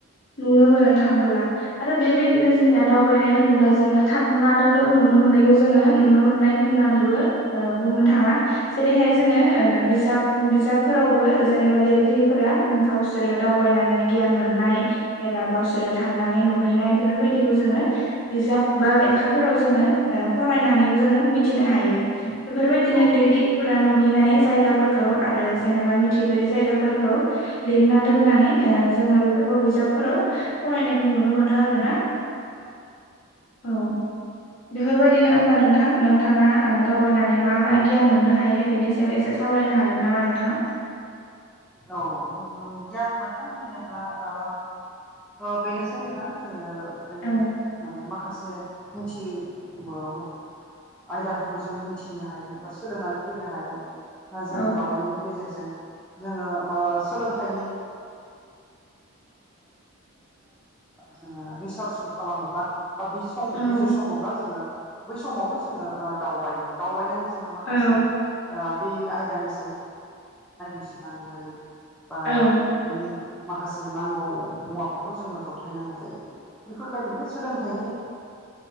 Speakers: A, on the left (about 65°); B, in the centre.
A: नुनो मोनो थांबोला आरो बेबायदिनो जोंनिया दावबायनाय होनोब्ला जोङो थांनानै नुनो मोननायखौ जोङो नुनो मोननाय होननानैबो ओ बुंनो थाङा। जेरैहाय
B: औ
A: जोङो बिजाब बिजाब फोरावबो जेनेबा लिरगिरिफोरा गावसोरो दावबायनानै गियान मोननाय एबा गावसोरो थांनानै नुहैनाय बेफोरबायदिखौ जोङो बिजाब बा लेखाफोराव जोङो ओ फरायनानै जोङो मिथिनो हायो बेफोरबायदिनो
B: औ
A: लिरगफोरा नुहैनाय जायगाफोरखौ आरो जेनेबा मिथिफेरै जायगाफोरखौ लिरना दोननानै ओ जोङो बेफोरखौ बिजाबफोराव फरायनायखौ नुनो मोनो आरो ना औ। बेफोरबायदिनो होमबा नोंथां नोंथाङा दावबायनानै मा मा गियान मोननो हायो बेनि सायाव एसे सावरायनो हागोन नामा नोंथां?
B: औ जोङो गियान मोननाय होनोब्ला ओ बा बेनोसै नोंथां जोङो बे
A: औ
B: माने माखासे मोनथियो उमावमासो आयदाफोरखौ जों मिथिनो हायो बा सोलोंनानै फैनो हायो। आ जोङो
A: औ
B: दावबायनायनि गेजेरजों जोङो ओ सोलोंथाइ जोङो रिसार्चफोर खालामोब्ला बा बिसं
A: औ
B: बिजिर सङोब्ला जोङो बै समावबो जोङो दावबायो दावबायनानै जोङो माखासे
A: औ
B: ओ बे आयदानि सा बा
A: औ
B: बिनि माखासे नांगौ मुवाफोरखौ जोङो जथायनांगौ जायो बेफोरबायदिनो सोलोंथाइनि